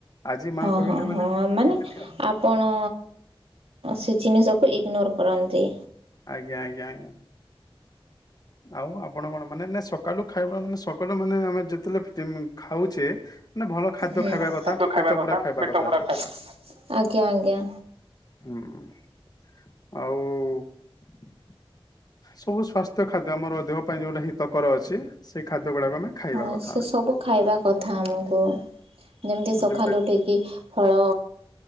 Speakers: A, on the left; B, on the right.
A: ଆଜି ମା
B: ହଁ
A: କହିଲେ
B: ହଁ
A: ବୋଲେ
B: ହଁ
A: ଖାଇଦେଲି
B: ମାନେ
A: ଆଉ।
B: ଆପଣ। ସେ ଜିନିଷକୁ ଇଗନୋର କରନ୍ତି।
A: ଆଜ୍ଞା ଆଜ୍ଞା ଆଜ୍ଞା ଆଉ ଆପଣ କଣ ମାନେ ସ ସକାଳୁ ଖାଇବା ମାନେ ସକାଳୁ ମାନେ ଆମେ ଯେତେବେଳେ ଯେ ଖାଉଛେ। ମାନେ ଭଲ ଖାଦ୍ୟ
B: ହୁଁ
A: ଖାଇବା
B: ଭଲ
A: କଥା
B: ଖାଦ୍ୟ
A: ପେଟ
B: ଖାଇବାକଥା
A: ପୁରା ଖାଇବା
B: ପେଟ
A: କଥା
B: ପୁରା ଖାଇବା କଥା ଆଜ୍ଞା ଆଜ୍ଞା।
A: ହୁଁ। ଆଉ ସବୁ ସ୍ଵାସ୍ଥ୍ୟ ଖାଦ୍ୟ ଆମର ଦେହ ପାଇଁ ଯୋଉଟା ହିତକର ଅଛି ସେଇ ଖାଦ୍ୟ ଗୁଡାକ ଆମେ ଖାଇବା
B: ହଁ
A: କଥା
B: ସେ ସବୁ ଖାଇବା କଥା ଆମକୁ। ଯେମିତି ସକାଳୁ
A: ଯୋଉଟା
B: ଉଠିକି ଫଳ।